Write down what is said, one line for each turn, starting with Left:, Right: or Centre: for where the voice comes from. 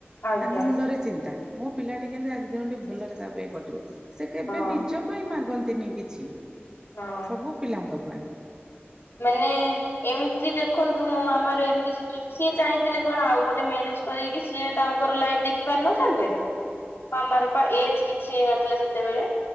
Left: ଆଜ୍ଞା
Right: ତାଙ୍କ ମୁଣ୍ଡରେ ଚିନ୍ତା ମୋ ପିଲାଟି କେମତି ଆଜି ଦିନଟି ଭଲରେ ତା ପାଇଁ କଟିବ? ସେ କେବେ
Left: ହଁ
Right: ନିଜ ପାଇଁ ମାଗନ୍ତିନି କିଛି
Left: ହଁ।
Right: ସବୁ ପିଲାଙ୍କ ପାଇଁ।
Left: ମାନେ ଏମିତି ଦେଖନ୍ତୁ ମୋ ମାମାର ଏମିତି ସିଚୁଏ ଚାହିଁଥିଲେ କଣ ଆଉ ଗୋଟେ ମ୍ୟା ରେଜ୍ କରେଇକି ତାଙ୍କର ଲାଇଫ୍ ଦେଖି ପାରିନଥାନ୍ତେ? ମାମାରପା ଏଜ କିଛି ହେଇ ନଥିଲା ସେତେବେଳେ?